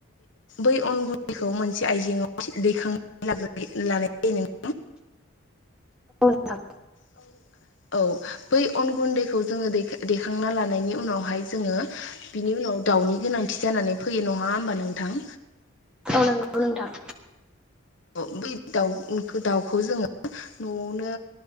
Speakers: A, on the left; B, in the centre.
A: बै अनगुनदैखौ मोनसे आइजेङाव दैखांनाय लागोरनाय बा लानाय जायो
B: नोंथां औ
A: औ औ, बै अन गुन्दैखौ जोङो दै- दैखांना लानायनि उनावहाय जोङो बिनि उनाव दाउनि गोनांथि जानानै फैयो नङा होमबा नोंथां?
B: औ नोंगौ नोंथां।
A: औ बै दाउ- दाउखौ जोङो न'आवनो